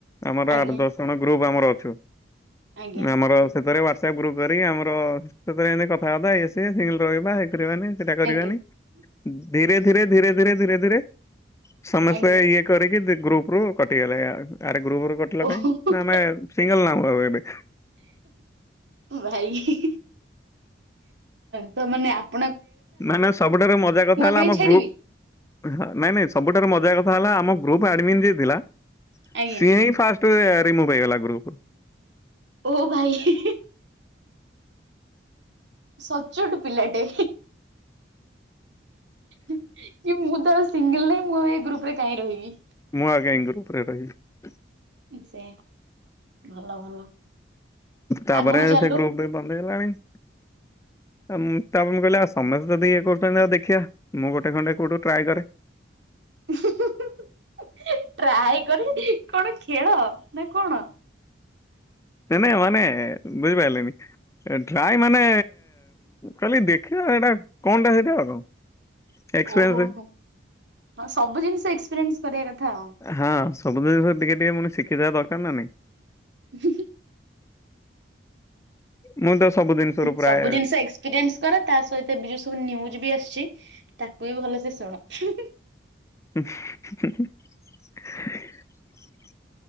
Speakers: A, on the left; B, on the right.
A: ଆମର
B: ଆଜ୍ଞା
A: ଆଠ ଦଶ ଜଣ ଗ୍ରୁପ ଆମର ଅଛୁ
B: ଆଜ୍ଞା
A: ଆମର ସେଥିରେ ୱାଟ ସପ୍ ଗ୍ରୁପ କରି ଆମର ସେଥିରେ ଏମିତି କଥାବାର୍ତା ଇଏ ସିଏ ସିଙ୍ଗଲ ରହିବା ହେ କରିବାନି ସେଇଟା କରିବାନି
B: ଆଜ୍ଞା
A: ଧୀରେ ଧୀରେ ଧୀରେ ଧୀରେ ଧୀରେ ଧୀରେ ସମସ୍ତେ
B: ଆଜ୍ଞା
A: ଇଏ କରିକି ଗ୍ରୁପ ରୁ କଟିଗଲେ ଆର ଗ୍ରୁପରୁ କଟିଲ
B: ଓହୋ
A: କାଇଁ ନା ଆମେ ସିଙ୍ଗଲ ନାଁ ଆଉ ଏବେ
B: ଭାଇ ତ ମାନେ ଆପ
A: ନାଇଁ ନାଇଁ ସବୁଠାରୁ ମଜା କଥା ହେଲା
B: କାହିଁ
A: ଆମ
B: ଛାଡିବି
A: ଗ୍ରୁ ନାଇଁ ନାଇଁ ସବୁଠାରୁ ମଜା କଥା ଥାହେଲା ଆମ ଗୃପ ଆଡମିନ ଯିଏ ଥିଲା
B: ଆଜ୍ଞା
A: ସିଏ ହିଁ ଫାଷ୍ଟ୍ ରୀମୁଭ ହେଇଗଲା ଗ୍ରୁପ୍ ରୁ।
B: ଓ ଭାଇ ସଚ୍ଚୋଟ ପିଲାଟେ କି ମୁଁ ତ ଆଉ ସିଙ୍ଗଲ ନାହିଁ। ମୁଁ ଏ ଗ୍ରୁପ ରେ କାହିଁ ରହିବି।
A: ମୁଁ ଆଉ କାଇଁ ଗ୍ରୁପ ରେ ରହିବି।
B: ସେ ଭଲ ଭଲ।
A: ତାପରେ
B: ଆଗକୁ ଚାଲୁ
A: ସେ ଗ୍ରୁପ ବି ବନ୍ଦ ହେଇଗଲାଣି। ତା ମୁଁ ତାପରେ ମୁଁ କହିଲି ସମସ୍ତେ ଯଦି ଇଏ କରୁଛନ୍ତି ଆଉ ଦେଖିବା ମୁଁ ଗୋଟେ ଖଣ୍ଡେ କଉଠୁ ଟ୍ରାଏ କରେ।
B: ଟ୍ରାଏ କରି କଣ ଖେଳ ନା କଣ?
A: ନାଇ ନାଇ ମାନେ ବୁଝିପାରିଲେନି ଟ୍ରାଏ ମାନେ କହିଲି ଦେଖିବା ସେଇଟା କଣଟା ସେଇଟା ଆଉ। ଏକ୍ସପିରିଏନ୍ସ
B: ଓହୋ ହ ସବୁ ଜିନିଷ ଏକ୍ସପିରିଏନ୍ସ କରିବା କଥା। ଆଉ।
A: ହଁ ସବୁ ଜିନିଷ ଟିକେ ଟିକେ ଫୁଣି ଶିଖିଥିବା ଦରକାର ନା ନାଇଁ।
B: ହି ହିଁ ହିଁ।
A: ମୁଁ ତ ସବୁ ଜିନିଷରୁ ପ୍ରାୟ
B: ସବୁ ଜିନିଷ ଏକ୍ସପିରିଏନ୍ସ କର, ତା ସହିତ ବି ଯୋଉ ସବୁ ନ୍ୟୁଜ୍ ବି ଆସିଛି। ତାକୁ ବି ଭଲସେ ଶୁଣ।
A: <inaudible>